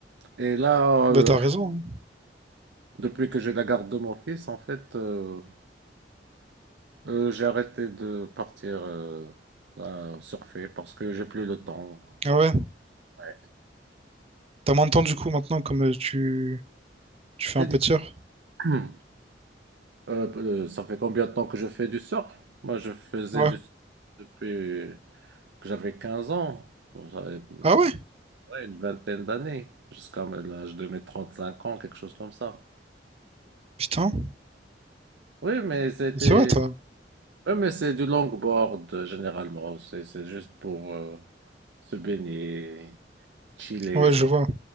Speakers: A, on the right; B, on the right.
A: Et là,
B: Bah,
A: euh,
B: t'as raison. hein.
A: depuis que j'ai la garde de mon fils, en fait, euh, euh, j'ai arrêté de partir euh, à surfer parce que j'ai plus le temps.
B: Ah ouais?
A: Ouais.
B: T'as moins de temps, du coup, maintenant, comme euh, tu, tu
A: Je
B: fais
A: t'ai
B: un peu
A: dit,
B: de surf?
A: <clears throat> euh, euh, ça fait combien de temps que je fais du surf? Moi, je faisais
B: Ouais.
A: du surf depuis que j'avais 15 ans. J'avais, euh,
B: Ah ouais?
A: ouais, une vingtaine d'années, jusqu'à l'âge de mes 35 ans, quelque chose comme ça.
B: Putain.
A: Oui, mais c'était
B: Ça va, toi?
A: Ouais, mais c'est du longboard euh, généralement. C'est c'est juste pour euh, se baigner, chiller.
B: Ouais,
A: C'est
B: je vois.